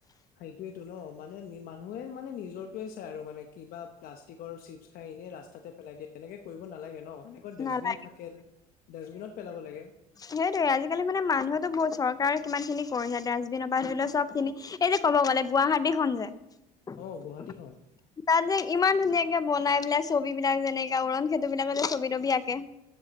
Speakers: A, on the left; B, on the left.
A: সেইটোয়েতো ন মানে মানুহে মানে নিজৰটোয়ে চাই আৰু মানে কিবা প্লাষ্টিকৰ চিপছ খাই এনেই ৰাস্তাতে পেলাই দিয়ে এনেকে কৰিব নালাগে ন এনেকৈ ডাষ্টবিন
B: নালাগে
A: থাকে ডাষ্টবিনত পেলাব লাগে
B: সেইটয়ে আজিকালি মানে মানুহতো বহু চৰকাৰে কিমান খিনি- পৰিছে ডাষ্টবিননৰ পৰা ধৰিলেও সব খিনি এই যে ক'ব গ'লে গুৱাহাটী খন যে। তাত
A: অ গুৱাহাটীখন
B: যে ইমান ধুনীয়াকে বনাই পেলাই ছবি বিলাক যেনেকে উওৰণ সেতু বিলাকলে ছবি তবি আঁকে